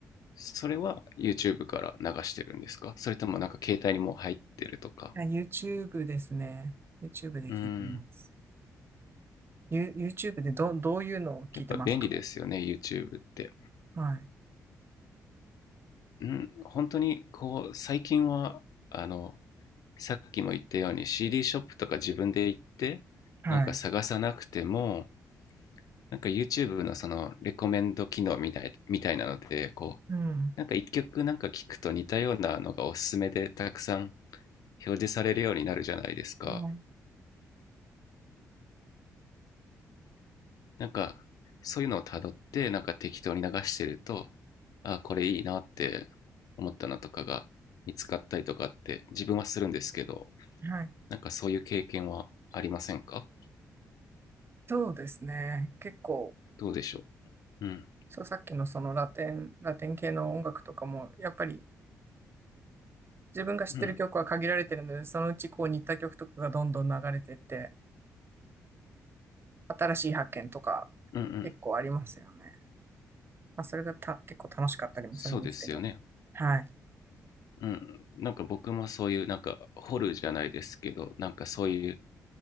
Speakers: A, on the left; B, on the right.
A: それは YouTube から流してるんですかそれともなんか携帯にもう入ってるとか。
B: いや YouTube ですね。YouTube で聞いてます。
A: うん、
B: ユ YouTube でど、どういうのを聞いてますか
A: やっぱ便利ですよね、YouTube って。
B: はい。
A: うん、本当にこう、最近は、あの、さっきも言ったように CD ショップとか自分で行ってなんか探さなくても
B: はい。
A: なんか YouTube のそのレコメンド機能みたい、みたいなのでこ
B: うん。
A: うなんか一曲なんか聞くと似たようなのがおすすめでたくさん表示されるようになるじゃないですか
B: はい。
A: なんかそういうのをたどってなんか適当に流してるとあこれいいなって思ったのとかが見つかったりとかって自分はするんですけど
B: はい。
A: なんかそういう経験はありませんか
B: そうですね。結構、
A: どうでしょううん
B: そう、さっきのそのラテン、ラテン系の音楽とかも、やっぱり自分が知ってる曲は限られてるので、
A: うん
B: そのうちこう似た曲とかがどんどん流れてって、新しい発見とか
A: うんうん。
B: 結構ありますよね。まあ、それがた、結構楽しかったりもするんですけど。
A: そうですよね。
B: はい。
A: うん。なんか僕もそういう、なんか掘るじゃないですけど、なんかそういう